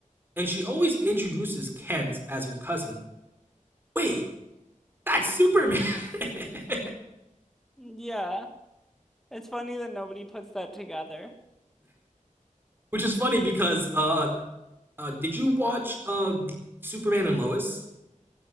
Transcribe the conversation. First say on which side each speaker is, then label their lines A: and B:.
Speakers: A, on the right; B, in the centre.
A: and she always introduces Kent as her cousin. Wait, that's Superman. <laughs>
B: Yeah, it's funny that nobody puts that together.
A: Which is funny because uh Uh, did you watch uh Superman and Lois?